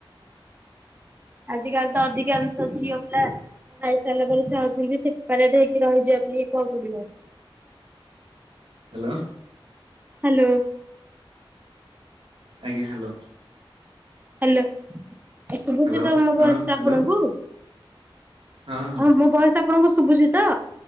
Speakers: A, on the right; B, on the right.
A: ଆଜି କାଲି ତ ଅଧିକାଂଶ ଝିଅ ପିଲ ଖାଇସାରିଲା ପରେ ଚାହୁଛନ୍ତି। ସେପାରେ ଟ ହେଇକି ରହିଯିବା ପାଇଁ ଏକକପରିବାର।
B: ହ୍ୟାଲୋ
A: ହ୍ୟାଲୋ
B: ଆଜ୍ଞା ହ୍ୟାଲୋ
A: ହ୍ୟାଲୋ ଆ ଶୁଭୁଛି
B: ହ୍ୟାଲୋ
A: ତ ମୋ
B: ହଁ
A: ଭଏସ ତ
B: ହ୍ୟାଲୋ
A: ଆପଣଙ୍କୁ
B: ହଁ ହଁ
A: ହ ମୋ ଭଏସ। ଆପଣଙ୍କ ଶଭୁଚିତ।